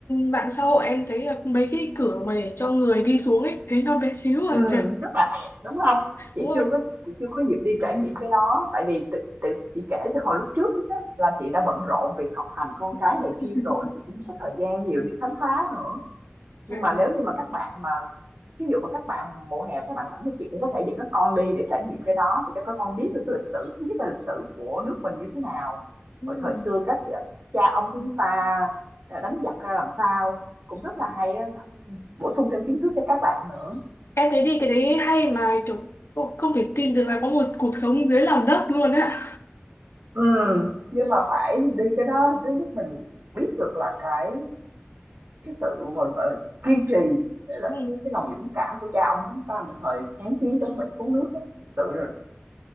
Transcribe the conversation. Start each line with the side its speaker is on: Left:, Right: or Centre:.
Left: mạng xã hội em thấy là mấy cái cửa mà để cho người đi xuống ấy thấy nó bé xíu à
Right: Ừm,
Left: trời
Right: rất là hẹp, đúng không Chị
Left: đúng rồi
Right: chưa có chị chưa có dịp đi trải nghiệm cái đó, tại vì tự tự chị kể từ hồi lúc trước á là chị đã bận rộn việc học hành con
Left: <laughs>
Right: cái này kia rồi, chị cũng không có thời gian nhiều đi khám phá nữa. Nhưng
Left: Phải,
Right: mà nếu như mà các bạn mà ví dụ mà các bạn mùa hè các bạn rảnh thì chị cũng có thể dẫn các con đi để trải nghiệm cái đó thì cho các con biết được cái lịch sử, thứ nhất là lịch sử của nước mình như thế nào,
Left: đúng
Right: rồi thời
Left: rồi.
Right: xưa các ờ, cha ông chúng ta, ờ, đánh giặc ra làm sao, cũng rất là hay á, bổ sung thêm kiến thức cho các bạn nữa.
Left: em thấy đi cái đấy hay mà kiểu ồ, không thể tin được là có một cuộc sống dưới lòng đất luôn á
Right: Ừ nhưng mà phải đi cái đó thứ nhất mình biết được là cái cái sự gọi gọi là kiên trì với lại
Left: Ừ.
Right: cái cái lòng dũng cảm của cha ông chúng ta mà thời kháng chiến chống Mỹ cứu nước á thực sự là